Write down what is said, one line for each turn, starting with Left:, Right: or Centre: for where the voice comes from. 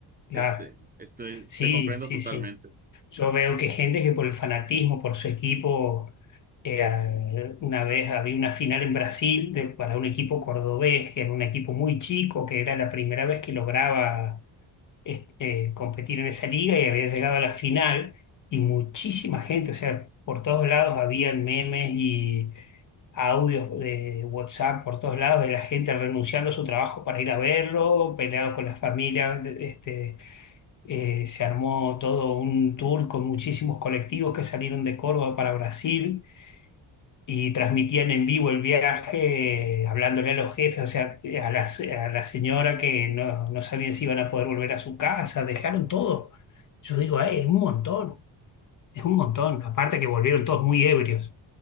Left: claro.
Right: Este, este,
Left: Sí,
Right: te comprendo
Left: sí,
Right: totalmente.
Left: sí. Yo veo que gente que por el fanatismo, por su equipo, eh, una vez había una final en Brasil de- para un equipo cordobés, que era un equipo muy chico, que era la primera vez que lograba est- eh, competir en esa liga y había llegado a la final y muchísima gente, o sea, por todos lados habían memes y audios de WhatsApp por todos lados de la gente renunciando a su trabajo para ir a verlo, peleado con las familias, de- este, eh, se armó todo un tour con muchísimos colectivos que salieron de Córdoba para Brasil y transmitían en vivo el viaje, eh, hablándole a los jefes, o sea, a la, se- a la señora que no, no sabían si iban a poder volver a su casa, dejaron todo. Yo digo, "Ay, es un montón, es un montón. Aparte que volvieron todos muy ebrios.